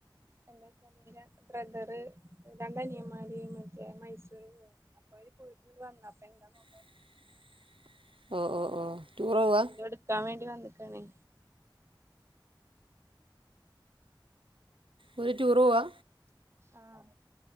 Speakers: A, on the right; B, on the right.
A: എന്താ വകീലേ ബ്രദറ് രണ്ട് അനിയന്മാര് മറ്റേ മൈസൂർ പോവാ അപ്പൊ അവര് പോയിട്ട് വന്ന അപ്പൊ എന്താ നോ
B: <inaudible> ഓ ഓ ഓ ടൂറ് പോവാ
A: എന്തോ എടുക്കാൻ വേണ്ടി വന്ന്ക്കാണേ
B: ഓല് ടൂറോവാ
A: ആഹ്